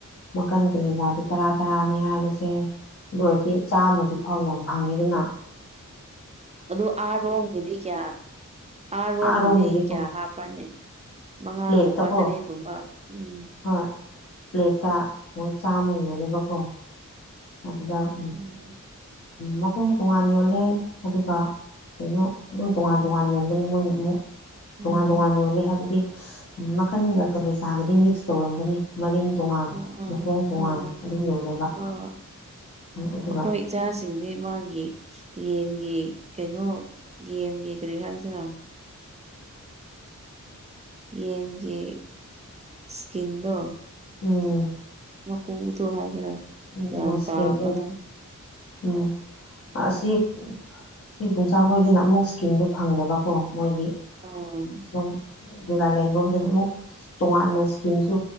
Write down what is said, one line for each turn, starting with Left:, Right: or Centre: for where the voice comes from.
Left: ꯃꯈꯟ ꯀꯥꯂꯦꯖꯥꯗꯨ ꯇꯔꯥ ꯇꯔꯥꯅꯤ ꯍꯥꯏꯔꯤꯁꯦ ꯑꯗꯨ ꯑꯣꯏꯔꯗꯤ ꯆꯥꯃꯒꯤ ꯐꯥꯎ ꯌꯥꯝ ꯐꯪꯉꯤꯗꯨꯅ
Right: ꯑꯗꯨ ꯑꯥꯔꯣꯝꯒꯤꯗꯤ ꯀꯌꯥ ꯑꯥꯔꯣꯝꯒꯤꯗꯤ
Left: ꯑꯥꯔꯣꯝꯒꯤꯗꯤꯀꯣ
Right: ꯀꯌꯥ ꯍꯥꯞꯄꯅꯦ ꯃꯉꯥꯒꯨꯝꯕ
Left: ꯄ꯭ꯂꯦꯠꯇꯀꯣ
Right: ꯇꯔꯦꯠꯀꯨꯝꯕ ꯎꯝ
Left: ꯍꯣꯏ ꯄ꯭ꯂꯦꯠꯇ ꯃꯣꯏ ꯆꯥꯝꯃ ꯌꯣꯜꯂꯦꯕꯀꯣ ꯑꯗꯨꯗ
Right: ꯎꯝ
Left: ꯃꯈꯣꯡ ꯇꯣꯉꯥꯟ ꯌꯣꯜꯂꯦ ꯑꯗꯨꯒ ꯀꯩꯅꯣ ꯑꯗꯨꯝ ꯇꯣꯉꯥꯟ ꯇꯣꯉꯥꯟ ꯌꯣꯟꯗꯅꯤ ꯃꯣꯏꯅ ꯑꯃꯨꯛ
Right: ꯎꯝ
Left: ꯇꯣꯉꯥꯟ ꯇꯣꯉꯥꯟ ꯌꯣꯂꯦ ꯍꯥꯏꯕꯗꯤ ꯃꯈꯟꯒ ꯀꯂꯦꯖ ꯆꯥꯒꯗꯤ ꯃꯤꯛꯁ ꯇꯧꯔꯝꯒꯅꯤ ꯃꯔꯤꯟ ꯇꯣꯉꯥꯟ
Right: ꯑꯥ
Left: ꯃꯈꯣꯡ ꯇꯣꯉꯥꯟ
Right: ꯑꯥ ꯑꯥ
Left: ꯑꯗꯨꯝ ꯌꯣꯜꯂꯦꯕ
Right: ꯑꯥ ꯍꯣꯏ
Left: ꯑꯗꯨꯒ
Right: ꯑꯩꯈꯣꯏ ꯏꯆꯥꯁꯤꯡꯗꯤ ꯃꯥꯒꯤ ꯌꯦꯟꯒꯤ ꯀꯩꯅꯣ ꯌꯦꯟꯒꯤ ꯀꯔꯤ ꯍꯥꯏꯔꯤꯁꯤꯔ ꯌꯦꯟꯒꯤ ꯏꯁꯀꯤꯟꯗꯨ
Left: ꯎꯝ
Right: ꯃꯀꯨꯗꯣ ꯍꯥꯏꯒꯦꯔꯥ
Left: ꯎꯝ
Right: ꯌꯥꯝ
Left: ꯑꯁꯀꯤꯗ
Right: ꯄꯥꯝꯕꯅꯦ
Left: ꯎꯝ ꯑꯁꯤ ꯁꯤ ꯕꯨꯡꯆꯥ ꯈꯣꯏꯗꯅ ꯑꯃꯨꯛ ꯏꯁꯀꯤꯝꯗꯨꯣ ꯐꯪꯗꯕꯀꯣ ꯃꯣꯏꯗꯤ
Right: ꯑꯣ <unintelligible>
Left: ꯁꯨꯝ ꯗꯤꯂꯥꯂꯦꯟꯕꯣꯝꯗꯅ ꯑꯃꯨꯛ ꯇꯣꯉꯥꯟꯅ ꯏꯁ꯭ꯀꯤꯟꯁꯨ